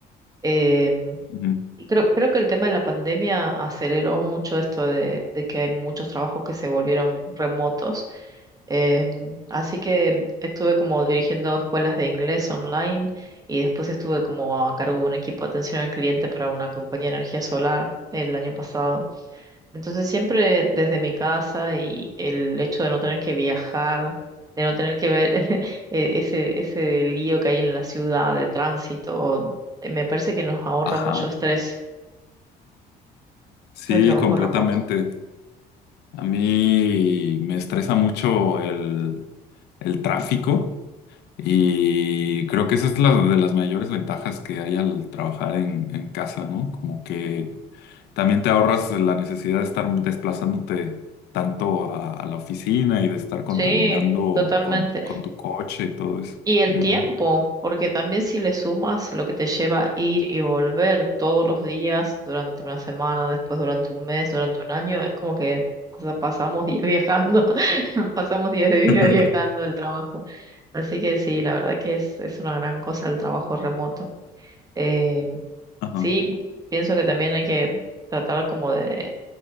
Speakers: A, on the right; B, on the left.
A: Em,
B: Ujú.
A: Y creo, creo que el tema de la pandemia aceleró mucho esto de, de que hay muchos trabajos que se volvieron remotos. Em, así que estuve como dirigiendo escuelas de inglés online y después estuve como a cargo de un equipo de atención al cliente para una compañía de energía solar el año pasado. Entonces siempre desde mi casa y el hecho de no tener que viajar, de no tener que ver <laughs> e- ese, ese lío que hay en la ciudad de tránsito, eh, me parece que nos ahorra
B: Ajá,
A: mucho estrés
B: sí,
A: el trabajo
B: completamente.
A: remoto.
B: A mí me estresa mucho el, el tráfico y creo que esa es la de las mayores ventajas que hay al trabajar en, en casa, ¿no? Como que también te ahorras la necesidad de estar desplazándote tanto a, a la oficina y de estar contaminando
A: Sí, totalmente.
B: con, con tu coche y todo eso.
A: Y el
B: Ujú.
A: tiempo, porque también si le sumas lo que te lleva a ir y volver todos los días, durante una semana, después durante un mes, durante un año, es como que pasa- pasamos días <laughs> viajando, <laughs> pasamos días de vida
B: <laughs>
A: viajando el trabajo. Así que sí, la verdad que es, es una gran cosa el trabajo remoto. Eh,
B: Ajá,
A: sí, pienso que también hay que tratar como de